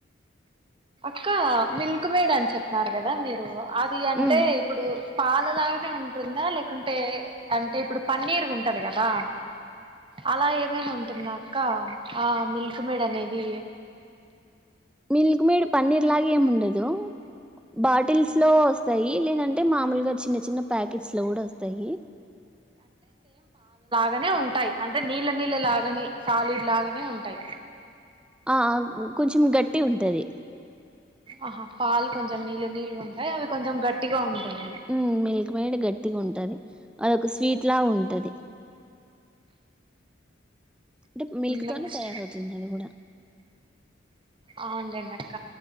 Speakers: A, on the right; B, in the centre.
A: క్క మిల్క్ మేడ్ అని చెప్పారు కదా మీరు అది అంటే
B: హ్మ్
A: ఇప్పుడు పాలలాగనే ఉంటుంద లేకుంటే అంటే ఇప్పుడు పన్నీర్ ఉంటది కదా అలా ఏమైన ఉంటుందా అక్కా ఆ మిల్క్ మేడ్ అనేది
B: మిల్క్ మేడ్ పన్నీర్ లాగేమ్ ఉండదు బాటిల్స్ లో ఒస్తాయి లేదంటే మామూలుగా చిన్న చిన్న ప్యాకెట్స్ లో కూడ ఒస్తాయి
A: గానే ఉంటాయి అంటే నీళ్ళ నీళ్ళ లాగానే సాలిడ్ లాగనే ఉంటాయి
B: ఆ ఆ కొంచెం గట్టిగుంటది
A: ఆహా పాలు కొంచెం నీళ్ళు నీళ్ళుగ ఉంటాయి అవి కొంచెం గట్టిగ ఉంటాయి
B: హ్మ్ మిల్క్ మేడ్ గట్టిగుంటది అదొక స్వీట్ లా ఉంటది అంటే మిల్క్
A: నెక్స్ట్
B: తోనే తయారవుతుందది కూడా
A: అవుంలెండక్క